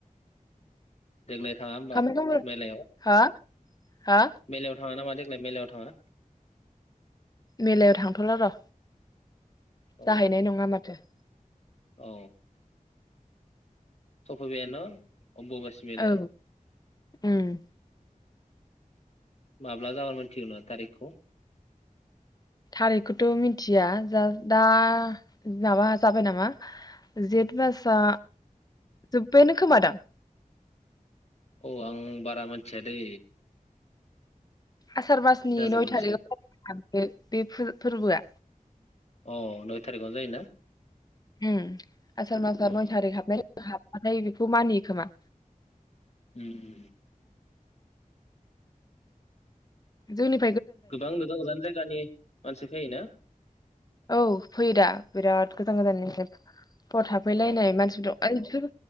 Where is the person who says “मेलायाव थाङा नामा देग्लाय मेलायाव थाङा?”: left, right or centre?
Left